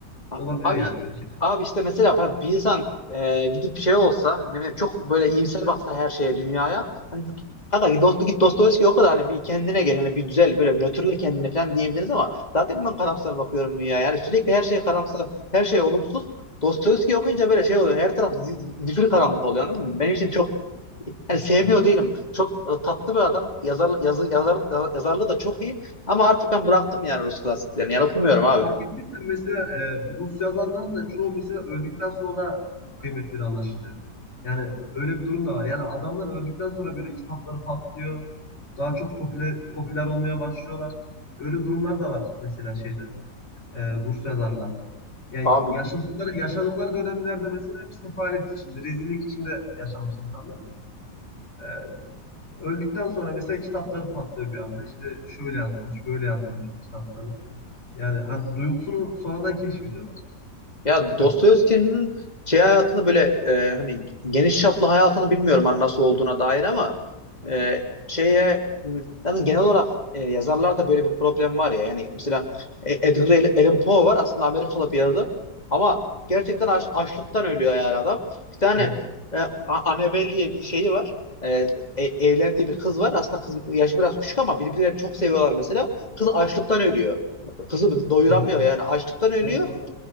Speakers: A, on the left; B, on the left.
A: A-
B: Olabiliyor
A: Abi
B: yani böyle şeyler.
A: abi işte mesela bana bir insan e, gidip şey olsa ne bileyim çok böyle iyimser baksa her şeye dünyaya hani kanka git dost git Dostoyevski oku da hani bir kendine gel hani bir güzel böyle nötrle kendine falan diyebiliriz ama zaten ben karamsar bakıyorum dünyaya yani sürekli her şey karamsar her şey olumsuz Dostoyevski okuyunca böyle şey oluyor her taraf zi- zifiri karanlık oluyor anladın mı? Benim için çok hani sevmiyor
B: Evet.
A: değilim. Çok e, tatlı bir adam. Yazar, yazı, yazar, yazarlığı da çok iyi. Ama artık ben bıraktım yani Rus klasiklerini. Yani
B: Ama
A: okumuyorum abi.
B: fark ettiysen mesela e, bu Rus yazarların da çoğu mesela öldükten sonra kıymetleri anlaşılıyor. Yani öyle bir durum da var. Yani adamlar öldükten sonra böyle kitapları patlıyor. Daha çok popüler, popüler olmaya başlıyorlar. Öyle durumlar da var mesela şeyde. e, Rus yazarlarda. Yani
A: Abi
B: yaşadıkları, yaşadıkları dönemlerde mesela hep sefalet içinde, rezillik içinde yaşamış insanlar. E, öldükten sonra mesela kitapları patlıyor bir anda. İşte şöyle yazılmış, böyle yazılmış bu kitapların. Yani hani duygusunu sonradan keşfediyorlar
A: Ya
B: kitapları.
A: Dostoyevski'nin şey hayatını böyle e, hani geniş çaplı hayatını bilmiyorum hani nasıl olduğuna dair ama e, şeye m, yani genel olarak e, yazarlarda böyle bir problem var ya yani mesela E- Edgar Allan Poe var aslında Amerikalı bir yazar ama gerçekten aç- açlıktan ölüyor yani adam. Bir tane
B: Evet,
A: e, A- Annabelle diye bir şeyi var. E, e- evlendiği bir kız var. Aslında kız yaşı biraz küçük ama birbirlerini çok seviyorlar mesela. Kız açlıktan ölüyor. Kızı doyuramıyor
B: doğru.
A: yani açlıktan ölüyor.
B: Doğru, doğru.